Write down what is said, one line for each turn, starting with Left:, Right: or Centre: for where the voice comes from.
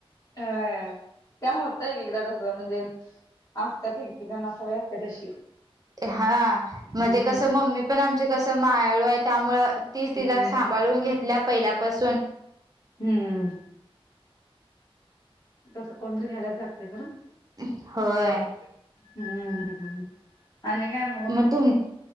Left: ह त्या होतय इकड तस म्हणजे. <unintelligible>
Right: ते हां.
Left: हम्म
Right: म ते कसं मम्मी पण आमची कसं मायाळू आहे त्त्यामुळ ती
Left: हम्म
Right: तिला सांभाळून घेतल्या पहिल्यापासून.
Left: हम्म. तसं कोणतरी घ्यायलाच लागते खरं
Right: <unintelligible> होय.
Left: हुं हुं हुं. आणि काय मग?
Right: मग तुम्ही?